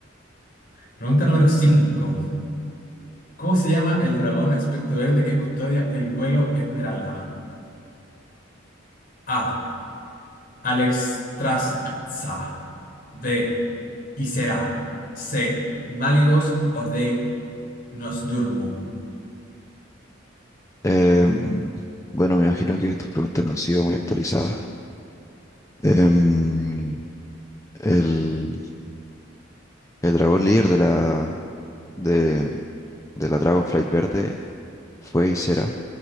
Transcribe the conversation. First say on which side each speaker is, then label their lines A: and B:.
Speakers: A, on the left; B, on the left.
A: Pregunta número 5. ¿Cómo se llama el dragón aspecto verde que custodia el vuelo Esmeralda? A. Alex Traza, B. Isera, C. Máligos o D. Nos Durmo.
B: Em, bueno, me imagino que tus preguntas no han sido muy actualizadas. Em, el, el dragón líder de la, de, de la Dragonflight Verde fue y será